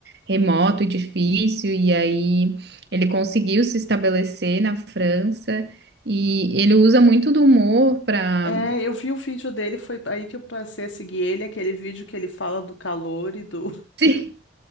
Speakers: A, on the right; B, on the left.
A: remoto e difícil. E aí ele conseguiu se estabelecer na França e ele usa muito do humor para
B: É, eu vi o vídeo dele, foi aí que eu passei a seguir ele, aquele vídeo que ele fala do calor e do
A: <laughs>